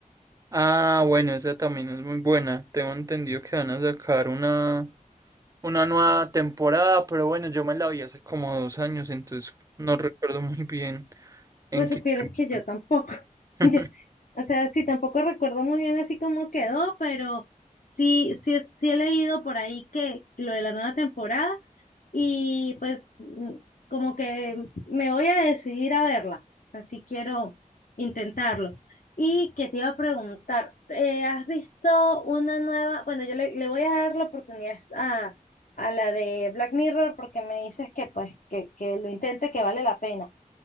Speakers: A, on the right; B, on the left.
A: Ah, bueno, esa también es muy buena. Tengo entendido que van a sacar una, una nueva temporada, pero bueno, yo me la vi hace como dos años, entonces no recuerdo muy bien. ¿En
B: Pues supieras
A: qué
B: que
A: termina?
B: yo tampoco. <laughs>
A: <laughs>
B: yo- o sea, sí, tampoco recuerdo muy bien así cómo quedó, pero sí, sí, es- sí he leído por ahí que lo de la nueva temporada y pues mm, como que me voy a decidir a verla, o sea, sí quiero intentarlo. Y que te iba a preguntar, eh, ¿has visto una nueva? Bueno, yo le, le voy a dar la oportunidad a, a la de Black Mirror porque me dices que pues que, que lo intente, que vale la pena.